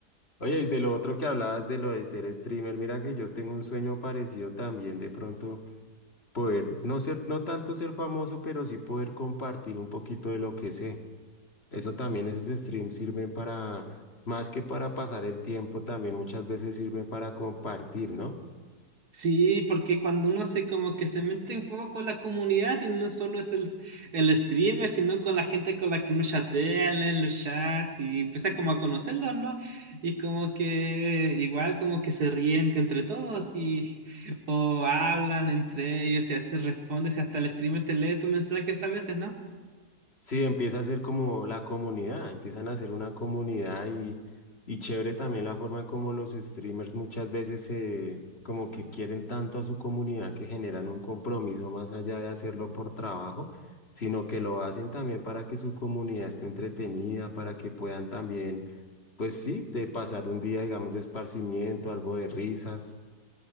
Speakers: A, on the left; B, on the right.
A: Oye, y de lo otro que hablabas de lo de ser streamer, mira que yo tengo un sueño parecido también de pronto poder no ser, no tanto ser famoso, pero sí poder compartir un poquito de lo que sé. Eso también, esos streams sirven para, más que para pasar el tiempo, también muchas veces sirven para compartir, ¿no?
B: Sí, porque cuando uno se como que se mete un poco con la comunidad y no solo es el, el streamer, sino con la gente con la que uno chatea, lee los chats y empieza como a conocerlos, ¿no? Y como que igual como que se ríen que entre todos y <laughs> o hablan entre ellos y a veces respondes y hasta el streamer te lee tus mensajes a veces, ¿no?
A: Sí, empieza a ser como la comunidad, empiezan a ser una comunidad y, y chévere también la forma en cómo los streamers muchas veces se, como que quieren tanto a su comunidad que generan un compromiso más allá de hacerlo por trabajo, sino que lo hacen también para que su comunidad esté entretenida, para que puedan también, pues sí, de pasar un día, digamos, de esparcimiento, algo de risas.